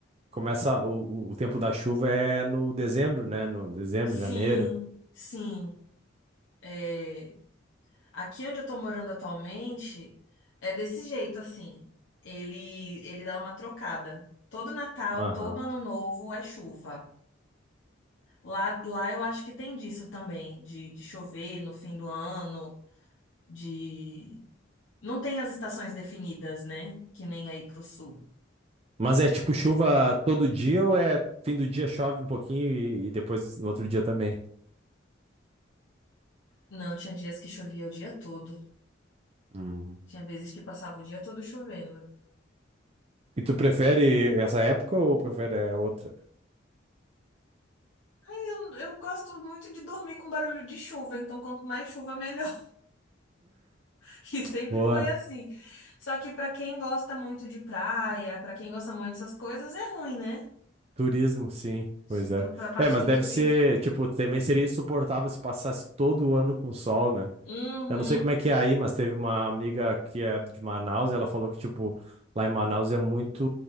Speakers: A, on the right (about 30°); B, on the left (about 75°).
A: começa o, o, o tempo da chuva é no dezembro, né? No dezembro,
B: Sim,
A: janeiro.
B: sim. É, Aqui onde eu tô morando atualmente, é desse jeito, assim. Ele, ele dá uma trocada. Todo Natal,
A: Aham.
B: todo Ano Novo é chuva. Lá, lá eu acho que tem disso também, de, de chover no fim do ano, de. Não tem as estações definidas, né? Que nem aí pro sul.
A: Mas é tipo chuva todo dia ou é fim do dia chove um pouquinho e, e depois no outro dia também?
B: Não, tinha dias que chovia o dia todo.
A: Hum.
B: Tinha vezes que passava o dia todo chovendo.
A: E tu prefere essa época ou prefere a outra?
B: Aí eu, eu gosto muito de dormir com barulho de chuva, então quanto mais chuva, melhor. <laughs> E sempre
A: Boa,
B: foi assim. Só que pra quem gosta muito de praia, pra quem gosta muito dessas coisas, é ruim, né?
A: turismo, sim,
B: Se
A: pois é.
B: pro- Pra parte
A: É, mas
B: do
A: deve
B: turismo.
A: ser, tipo, também seria insuportável se passasse todo o ano com sol, né?
B: Uhum,
A: Eu não sei como é que é aí, mas teve uma amiga que é de Manaus e ela falou que, tipo, lá em Manaus é muito,